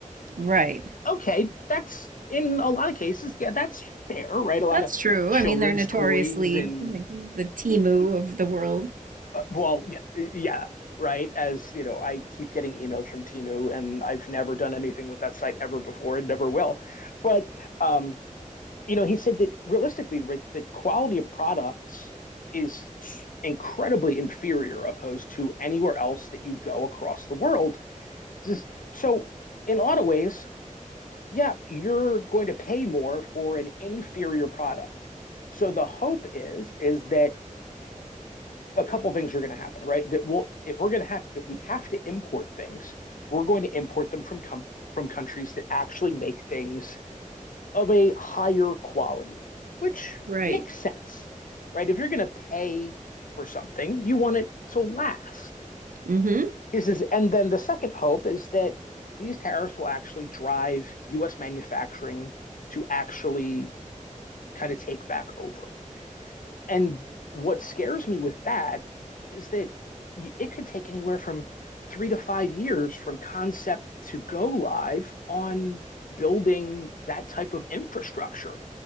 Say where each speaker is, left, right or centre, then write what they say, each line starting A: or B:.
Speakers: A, on the right; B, on the left.
A: Right.
B: Okay, that's in a lot of cases, yeah, that's fair, right? A lot
A: That's
B: of
A: true.
B: children's
A: I mean, they're notoriously
B: toys and
A: like the Timu
B: e,
A: of the world.
B: uh, well, yeah, e, yeah, right. As you know, I keep getting emails from Timu, and I've never done anything with that site ever before, and never will. But um, you know, he said that realistically, right, the quality of products is incredibly inferior opposed to anywhere else that you go across the world. This is, so, in a lot of ways, yeah, you're going to pay more for an inferior product. So the hope is is that a couple things are going to happen, right? That we'll if we're going to have if we have to import things, we're going to import them from com- from countries that actually make things of a higher quality, which
A: Right.
B: makes sense, right? If you're going to pay for something, you want it to last.
A: Mm-hmm.
B: Is this, and then the second hope is that these tariffs will actually drive US manufacturing to actually kind of take back over. And what scares me with that is that it could take anywhere from three to five years from concept to go live on building that type of infrastructure